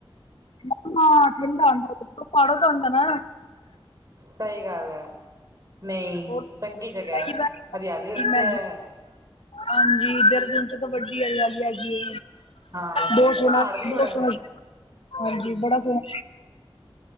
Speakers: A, on the left (about 80°); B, on the right (about 40°).
A: ਹ ਹਾਂ ਠੰਡ ਹੋਂਦਾ ਪਾੜੋ ਤਾਂ ਹੁੰਦਾ ਨਾ।
B: ਸਹੀ ਗੱਲ ਐ, ਨਈ
A: ਹੋਰ
B: ਚੰਗੀ ਜਗਾ ਏ
A: ਮੈਗੀ
B: ਹਰਿਆਲੀ ਉੱਥੇ
A: ਮੈਗੀ
B: ਐ।
A: ਹਾਂਜੀ ਇਧਰ ਦਿਨ ਚ ਤਾਂ ਵੱਡੀ ਆਗੀ ਐ ਈ।
B: ਹਾਂ
A: ਬੋਤ ਸੋਹਣਾ-
B: ਪਹਾੜ ਵੀ
A: ਬੋਤ
B: ਬੜੇ
A: ਸੋਹਣਾ
B: ਨੇ
A: ਹਾਂਜੀ ਬੜਾ ਸੋਹਣਾ,